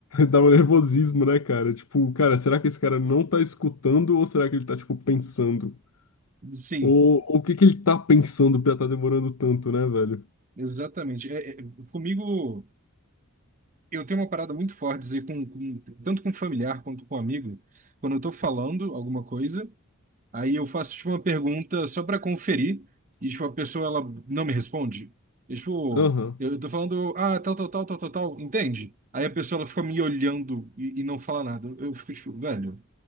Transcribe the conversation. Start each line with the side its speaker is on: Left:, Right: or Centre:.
Left: Dá um nervosismo, né, cara? Tipo, cara, será que esse cara não tá escutando ou será que ele tá, tipo, pensando?
Right: Sim,
Left: Ou, ou o que que ele tá pensando pra tá demorando tanto, né, velho?
Right: exatamente, é, é, comigo... Eu tenho uma parada muito forte, dizer, com, com- tanto com familiar quanto com amigo, quando eu tô falando alguma coisa, aí eu faço, tipo, uma pergunta só para conferir, e, tipo, a pessoa, ela não me responde. E, tipo,
Left: Aham.
Right: eu tô falando, ah, tal, tal, tal, tal, tal, tal, entende? Aí a pessoa, ela fica me olhando e, e não fala nada. Eu fico, tipo, velho,